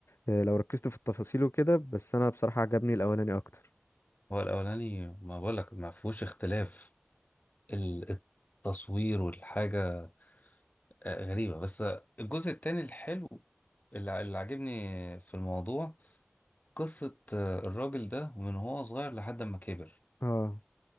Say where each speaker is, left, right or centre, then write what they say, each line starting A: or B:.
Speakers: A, on the left; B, on the left.
A: آه، لو ركزت في التفاصيل وكده بس أنا بصراحة عجبني الأولاني أكتر
B: هو الأولاني ما بقولك ما فيهوش اختلاف ال- التصوير والحاجة آه، غريبة بس الجزء التاني الحلو اللي ع- اللي عاجبني في الموضوع قصة آه، الراجل ده ومن هو صغير لحد ما كبر
A: اه